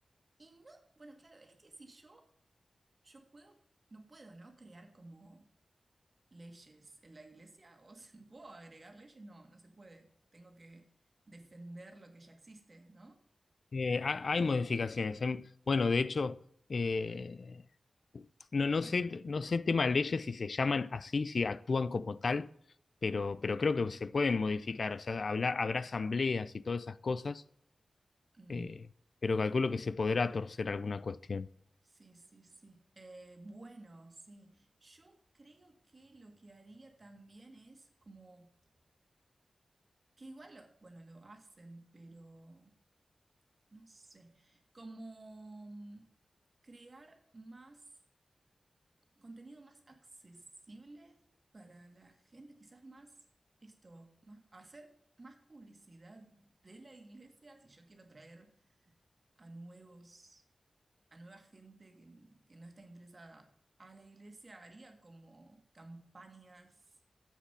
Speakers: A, on the right; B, on the left.
A: y no, bueno, claro, es que si yo, yo puedo, no puedo, ¿no? Crear como leyes en la iglesia, o sea, ¿no puedo agregar leyes? No, no se puede. Tengo que defender lo que ya existe, ¿no?
B: Eh, ha- hay modificaciones. em. Bueno, de hecho, eh, no, no sé, no sé tema de leyes si se llaman así, si actúan como tal, pero, pero creo que se pueden modificar. O sea, habla- habrá asambleas y todas esas cosas,
A: Mm,
B: eh, pero calculo que se podrá torcer alguna cuestión.
A: sí, sí, sí. Eh, bueno, sí. Yo creo que lo que haría también es como Que igual, lo- bueno, lo hacen, pero no sé, como mm, crear más contenido más accesible para la gente, quizás más esto, más, hacer más publicidad de la iglesia si yo quiero traer a nuevos, a nueva gente que, que no está interesada a la iglesia, haría como campañas